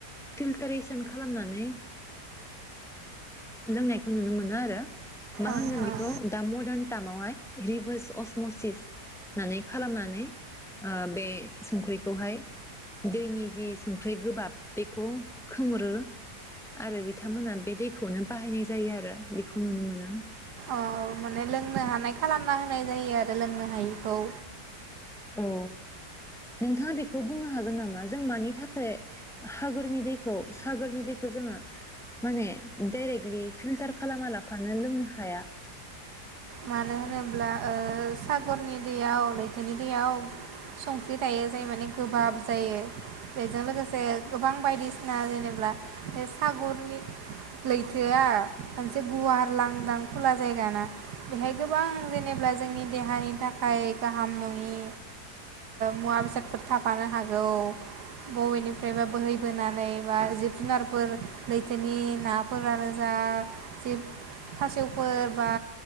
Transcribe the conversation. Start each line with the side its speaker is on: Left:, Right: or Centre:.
Centre: फिल्टारेसन खालामनानै लोंनायखौ नुनो मोनो आरो मा
Right: ओं
Centre: होनगोन
Right: ओं
Centre: बेखौ दा मदान दामावहाय रिभार्स असमसिस होननानै खालामनानै ओ बे संख्रिखौहाय दैनि जि संख्रि गोबाब बेखौ खोमोरो आरो बिथांमोना बे दैखौनो बाहायनाय जायो आरो बेखौ नुनो मोनो।
Right: औ माने लोंनो हानाय खालामना होनाय जायो आरो लोंनो हायिखौ।
Centre: औ नोंथाङा बेखौ बुंनो हागोन नामा जों मानि थाखाय हागोरनि दैखौ सागोरनि दैखौ जोङो माने डाइरेक्टलि फिल्टार खालामा लाफानो लोंनो हाया?
Right: मानो होनोब्ला सागरनि दैयाव लैथोनि दैयाव संख्रि थायो जाय माने गोबाब जायो बेजों लोगोसे गोबां बायदिसिना जेनेबा बे सागरनि लैथोआ मोनसे गुवार लांदां खुला जायगाना बेहाय गोबां जेनेबा जोंनि देहानि थाखाय गाहाम नङि मुवा ओ बेसादफोर थाफानो हागौ बबेनिफ्रायबा बोहैबोनानै बा जिब जुनारफोर लैथोनि नाफोरानो जा जि खासेवफोर बा